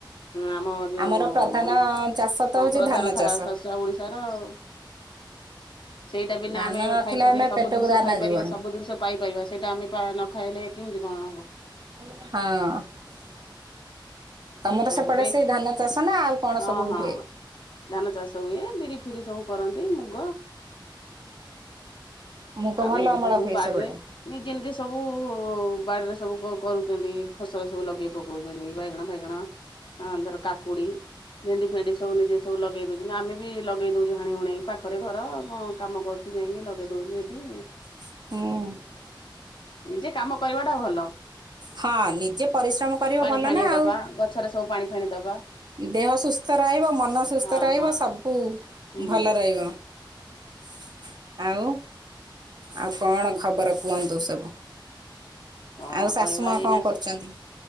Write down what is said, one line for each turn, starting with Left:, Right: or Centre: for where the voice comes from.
Left: ଆମ ଯୋଉ
Right: ଆମର ପ୍ରଧାନ
Left: ଓଡିଶ
Right: ଚାଷ ତ
Left: ହଁ
Right: ହଉଛି
Left: ପ୍ରଧାନ
Right: ଧାନ
Left: ଖ
Right: ଚାଷ
Left: ଶସ୍ୟ ଓଡିଶାର ଆଉ। ସେଇଟା ବିନା
Right: ଧାନ
Left: ଆମେ
Right: ନଥିଲେ
Left: ଖାଇପାରିବା
Right: ଆମେ
Left: ସବୁ
Right: ପେଟକୁ
Left: ଜିନିଷ
Right: ଦାନା
Left: ଖାଇପାରିବା
Right: ଯିବନି
Left: ସବୁ ଜିନିଷ ପାଇପାରିବା ସେଇଟା ଆମେ ନ ଖାଇଲେ କେମିତି କଣ ହବ?
Right: ହଁ। ତମର ସେପଟେ
Left: ଏବେ
Right: ସେଇ ଧାନ ଚାଷ ନା ଆଉ କଣ
Left: ହଁ
Right: ସବୁ
Left: ହଁ
Right: ହୁଏ?
Left: ଧାନ ଚାଷ ହୁଏ ବିରି ଫିରି ସବୁ କରନ୍ତି ମୁଗ।
Right: ମୁଗ
Left: ଆଉ
Right: ଭଲ
Left: ଏବେ
Right: ଅମଳ
Left: ତ ସବୁ
Right: ହୁଏ
Left: ବା
Right: ସେପଟେ।
Left: ନିଜେ ନିଜେ ସବୁ ବାଡ଼ିରେ ସବୁ କରୁଛନ୍ତି ଫସଲ ସବୁ ଲଗେଇ ପକଉଛନ୍ତି ବାଇଗଣ ଫାଇଗଣ। ଆ ଦର କାକୁଡ଼ି। ଭେଣ୍ଡି ଫେଣ୍ଡି ସବୁ ନିଜେ ସବୁ ଲଗେଇ ଦଉଛନ୍ତି ଆମେ ବି ଲଗେଇ ଦଉଚେ ହାଣି ହୁଣେଇକ ପାଖରେ ଘର। କାମ କରୁଛୁ ଯାଇକି ଲଗେଇ ଦଉଛୁ ସେଠି।
Right: ହୁଁ।
Left: ନିଜେ କାମ କରିବାଟା ଭଲ।
Right: ହଁ ନିଜେ ପରିଶ୍ରମ କରିବ
Left: ପାଣି
Right: ଭଲ
Left: ଫାଣି
Right: ନା
Left: ଦବା
Right: ଆଉ।
Left: ଗଛରେ ସବୁ ପାଣି ଫାଣି ଦବା।
Right: ଦେହ ସୁସ୍ଥ ରହିବ ମନ ସୁସ୍ଥ
Left: ହଁ
Right: ରହିବ
Left: ହଁ
Right: ସବୁ
Left: ହୁଁ
Right: ଭଲ ରହି <unintelligible> ଆଉ ଆଉ କଣ ଖବର କୁହନ୍ତୁ ସବୁ?
Left: କଣ
Right: ଆଉ ଶାଶୁ
Left: କହିବା
Right: ମା
Left: ଏଇନା
Right: କଣ କରୁଛନ୍ତି?